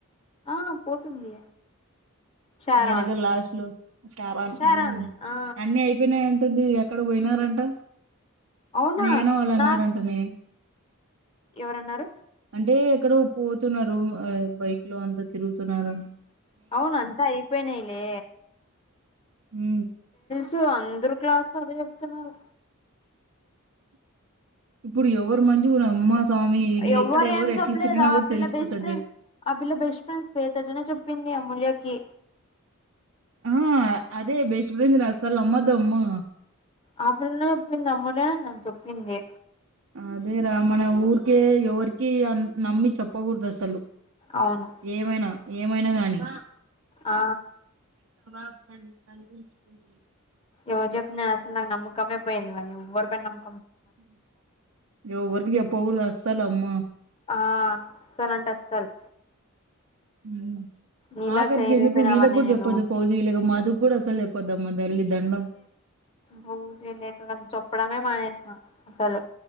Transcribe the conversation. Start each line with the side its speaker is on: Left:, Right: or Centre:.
Left: ఆ పోతుంది షారాన్
Right: ఈనగ లాస్ట్ లో సారన్
Left: షారాన్ ఆ
Right: అన్ని అయిపోయినాయి అది ఎక్కడ పోయినారంట
Left: అవునా
Right: నేనా వాళ్ళు అన్నారంట
Left: నాకు
Right: నే
Left: ఎవరన్నారు
Right: అంటే ఎక్కడో పోతున్నారు బైక్ లో అంతా తిరుగుతున్నారు అని
Left: అవునా అంత అయిపోనాయిలే
Right: ఊ
Left: అందరు క్లాసు లో అదే చెప్తున్నారు
Right: ఇప్పుడు ఎవరు మంచిగున్నారు అమ్మా స్వామి ఇది
Left: ఎవ్వరు
Right: ఎక్కడ ఎవరు
Left: ఏం
Right: ఎట్లా
Left: చెప్పలేదా
Right: తిరిగినా
Left: ఆ
Right: కూడా
Left: పిల్ల
Right: తెలిసిపోతది
Left: బెస్ట్ ఫ్రెండ్
Right: చూడు
Left: ఆ పిల్ల బెస్ట్ ఫ్రెండ్ స్వే తజనే చెప్పింది అమూల్యకి
Right: ఆ అదే బెస్ట్ ఫ్రెండ్ ని అస్సలు నమ్మద్ద అమ్మా
Left: ఆ పిల్లనే చెప్పింది అమూల్య నే చెప్పింది
Right: అదే రా మన ఊరికే ఎవరికి అ నమ్మి చెప్పకూడదు అసలు
Left: అవును
Right: ఏమైనా ఏమైనా గాని
Left: ఆ
Right: <inaudible>
Left: ఎవరు చెతున్నాను అసలు నాకు నమ్మకంమొ పోయిందినివ ర నమ్
Right: ఎవరికి చెప్పావు అసల అమ్మ
Left: ఆ అసలుంటే అస్సలు
Right: ఉ
Left: నీలాగ
Right: ఆఖరికి
Left: తయారైపోయినావని
Right: ఎందుకు వీళ్ళకి కూడా
Left: నేను
Right: చెప్పొద్దు ఫౌజ్ వీళ్ళకి మాధకు కూడా అసలు చెప్పొద్దమ్ దల్లి దండం
Left: బో చేయలేక కదా చొప్పడమే మానేసా అసలు